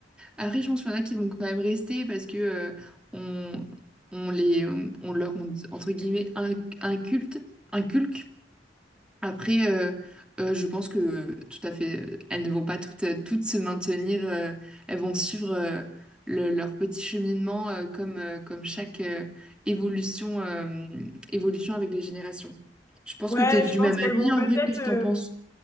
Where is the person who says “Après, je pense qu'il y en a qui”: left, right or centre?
Centre